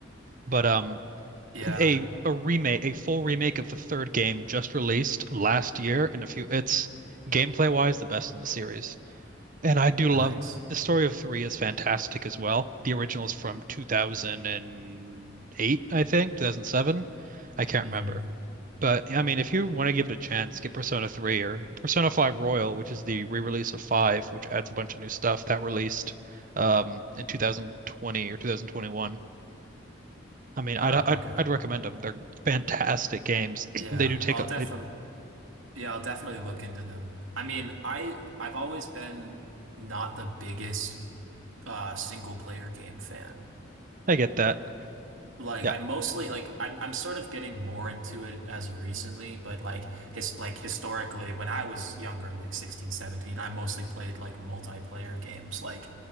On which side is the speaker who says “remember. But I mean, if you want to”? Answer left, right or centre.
Right